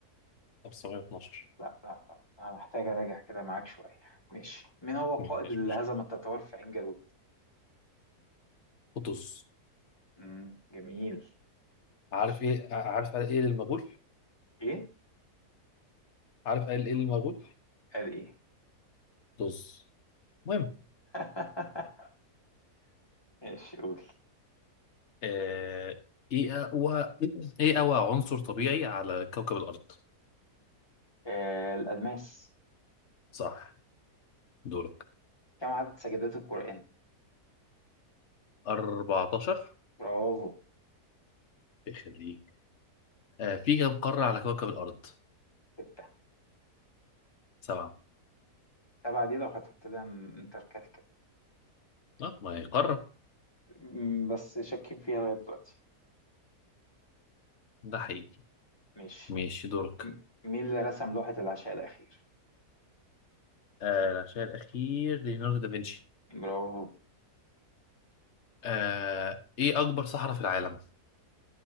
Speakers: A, on the left (about 45°); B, on the left (about 15°).
A: 1912
B: لا لا لا انا محتاج اراجع كده معاك شويه ماشي مين هو القائد
A: مفيش
B: اللي
A: مشكلة
B: هزم التتار في عين جالوت
A: طز
B: امم جميل ماشي
A: عارف ايه عارف ايه المغول؟
B: ايه
A: عارف ايه المغول؟
B: قال ايه
A: طز المهم
B: <laughs> ماشي قول
A: آه، ايه اقوى ايه اقوى عنصر طبيعي على كوكب الارض
B: آه الالماس
A: صح دورك
B: كم عدد سجدات القرآن
A: 14
B: برافو
A: يخليك آه، في كم قارة على كوكب الارض
B: ستة
A: سبعة
B: سبعة دي لو هتحط لها انتاركتيكا
A: اه ما هي قارة
B: م- بس شاكين فيها لغاية دلوقتي
A: ده حقيقي
B: ماشي
A: ماشي دورك
B: م- مين اللي رسم لوحة العشاء الأخير؟
A: آه، العشاء الاخير ليوناردو دافنشي
B: برافو
A: آه، ايه اكبر صحراء في العالم